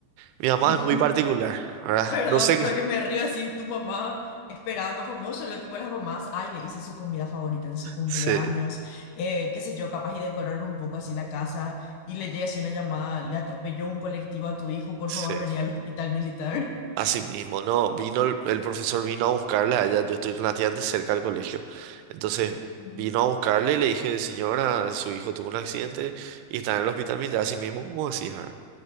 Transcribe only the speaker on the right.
Mi mamá
es muy particular, ¿verdad?
No sé.
<laughs>
Sí,
sí.
Así mismo, no, vino el, el profesor vino a buscarla a ella yo estoy relativamente cerca del colegio. Entonces
vino a buscarle y le dije, señora, su hijo tuvo un accidente y está en el hospital militar, así mismo como así, ¿verdad?